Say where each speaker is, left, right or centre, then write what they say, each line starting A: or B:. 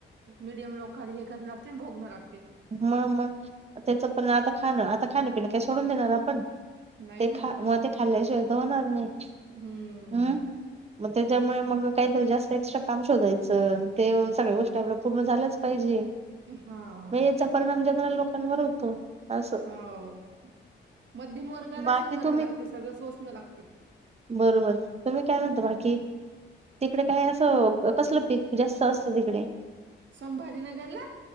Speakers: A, on the right; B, on the right.
A: मिडीयम लोकांना हे <unintelligible> भोगणं
B: म म त्याच परिणा आता खाण, आता खाण पिणं काय सोडून देणार आपण.
A: नाही
B: ते
A: ना?
B: खा मग ते खाल्ल्या शिवाय त होणार नाही.
A: हम्म.
B: हम् मग त्याच्यामुळे मग काहीतरी जास्त एक्स्ट्रा काम शोधायचं, ते सगळ्या गोष्टी आपल्या पूर्ण झाल्याच पाहिजे.
A: हां,
B: म याचा परिणाम जनरल लोकांवर होतो. असं
A: हो. मध्यमवर्गालाच
B: बाकी
A: हे करणं
B: तुम्ही
A: लागते, सगळं सोसणं लागते.
B: बरोबर. तुम्ही काय म्हणता
A: हं.
B: बाकी? ते तिकडे काय असं कसलं पीक जास्त असतं तिकडे?
A: संभाजीनगरला?